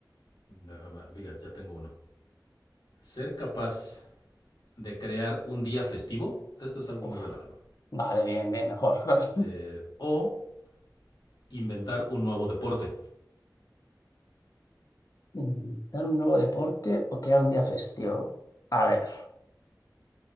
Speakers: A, on the left; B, on the left.
A: déjame. Fíjate, ya tengo uno. Ser capaz de crear un día festivo, esto es algo
B: Uf,
A: muy relajado.
B: vale, bien, bien, mejor. <laughs>
A: Eh, o inventar un nuevo deporte.
B: ¿Inventar un nuevo deporte o crear un día festivo? A ver.